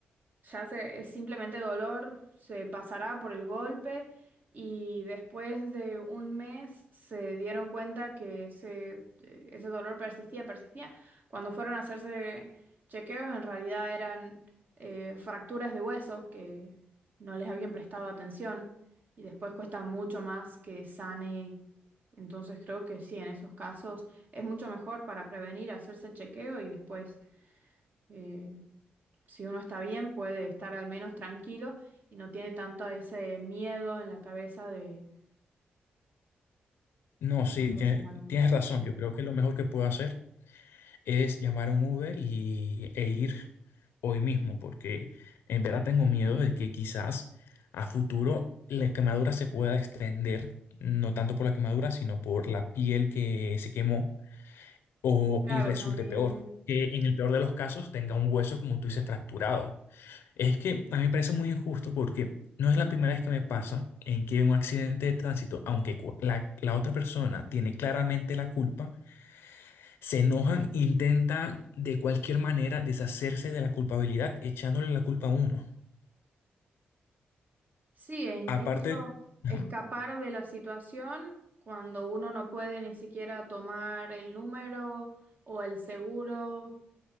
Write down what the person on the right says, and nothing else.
Ya se, es simplemente dolor, se pasará por el golpe y después de un mes se dieron cuenta que ese, eh, ese dolor persistía, persistía. Cuando fueron a hacerse chequeos, en realidad eran eh, fracturas de huesos que no les habían prestado atención y después cuesta mucho más que sane. Entonces creo que sí, en esos casos es mucho mejor para prevenir hacerse el chequeo y después eh, si uno está bien, puede estar al menos tranquilo y no tiene tanto ese miedo en la cabeza de
que
pasó
si es algo más.
Claro,
también
sí, e incluso
escapar de la situación cuando uno no puede ni siquiera tomar el número o el seguro